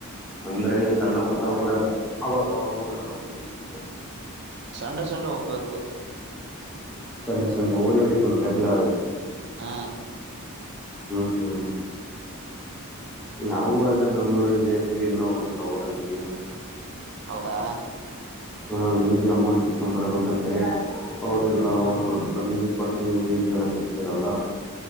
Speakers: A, in the centre; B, on the right.
A: ಅಂದ್ರೆ ಸಣ್ಣ ಪುಟ್ಟ ಒಬರಾಗ ಅವಾಗವಾಗ ಹೋಗಲ್ಲ ಊರ್ರಿಗೆ
B: ಸಂಡೆ ಸಂಡೆ ಹೋಗ್ಬೇಕು
A: ಸಣ್ಣ ಸಣ್ಣ ಓದಲೇಬೇಕು ರೆಗ್ಯುಲರ್
B: ಹಾ
A: ಹ್ಮ್ ಹ್ಮ್ ನಾವು ಅಲ್ಲ ಬೆಂಗ್ಳೂರು ಬಲ್ಲಿ ಇನ್ನ ಒಲೋಡಗೆ
B: ಹೌದಾ
A: ಹ ಈದು ಅಮೌಂಟ್ ಇಸ್ಕೊಂಡ್ ಬರ್ಬೇಕಂದ್ರೆ ಅವ್ರಲ್ಲ
B: ಹ್ಮ್
A: ಸ್ವಲ್ಪ ಕಮ್ಮಿನ ಕೊಡ್ತೀನಿ ಲಸ್ ಜನ ಕತ್ತಿದರಲ್ಲ